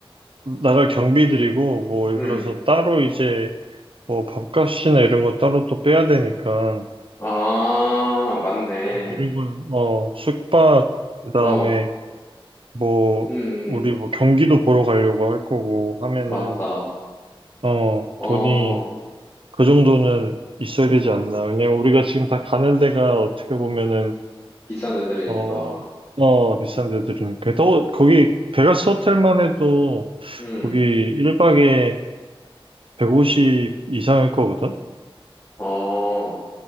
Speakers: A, on the right; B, on the left.
A: 나갈 경비들이고, 뭐, 예를
B: 음.
A: 들어서 따로 이제, 뭐 밥값이나 이런 거 따로 또 빼야 되니까
B: 아, 맞네.
A: 이런 건 어 숙박 그다음에
B: 어, 음,
A: 뭐
B: 음.
A: 우리 뭐 경기도 보러 가려고 할 거고 하면은
B: 맞다.
A: 어
B: 어,
A: 돈이 그 정도는 있어야 되지 않나 왜냐면 우리가 지금 다 가는 데가 어떻게 보면은
B: 비싼 데들이니까.
A: 어 어 비싼 데들이니까 또 거기 베가스 호텔만 해도
B: 음,
A: 거기 1박에 150 이상일 거거든
B: 어.